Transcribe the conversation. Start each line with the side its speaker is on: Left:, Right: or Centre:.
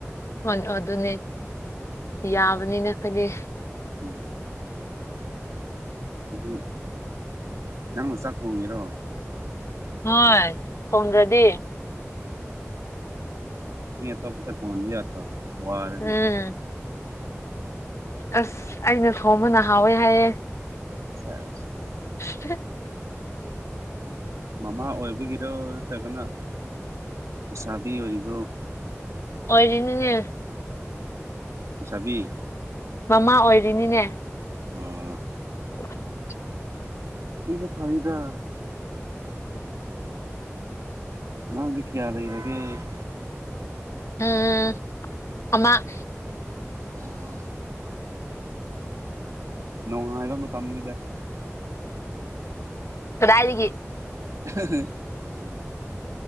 Left: <unintelligible> ꯑꯗꯨꯅꯦ ꯌꯥꯕꯅꯤꯅ ꯑꯩꯈꯣꯏꯗꯤ
Right: ꯎꯝ ꯗꯨꯗꯤ ꯅꯪꯅ ꯆꯥꯛ ꯊꯣꯡꯉꯤꯔꯣ
Left: ꯍꯣꯏ ꯊꯣꯡꯗ꯭ꯔꯗꯤ
Right: ꯃꯤ ꯑꯇꯣꯞꯄꯗ ꯊꯣꯡꯍꯟꯕ ꯌꯥꯗ꯭ꯔꯣ ꯋꯥꯔꯗꯤ
Left: ꯎꯝ ꯑꯁ ꯑꯩꯅ ꯊꯣꯡꯕꯅ ꯍꯥꯎꯋꯦ ꯍꯥꯏꯌꯦ
Right: ꯁꯦꯁ
Left: <inaudible>
Right: ꯃꯃꯥ ꯑꯣꯏꯕꯒꯤꯗꯣ ꯅꯠꯇ꯭ꯔꯒꯅ ꯂꯩꯁꯥꯕꯤ ꯑꯣꯏꯔꯤꯕ꯭ꯔꯣ
Left: ꯑꯣꯏꯔꯤꯅꯤꯅꯦ
Right: ꯂꯩꯁꯥꯕꯤ
Left: ꯃꯃꯥ ꯑꯣꯏꯔꯤꯅꯤꯅꯦ
Right: ꯑꯣ
Left: <inaudible>
Right: ꯁꯤꯁꯨ ꯐꯩꯗ ꯑꯉꯥꯡꯗꯤ ꯀꯌꯥ ꯂꯩꯔꯒꯦ
Left: ꯎꯝ ꯑꯃ
Right: ꯑ ꯎꯝ ꯅꯨꯡꯉꯥꯏꯕ ꯃꯇꯝꯅꯤꯗ
Left: ꯀꯗꯥꯏꯗꯒꯤ
Right: <unintelligible>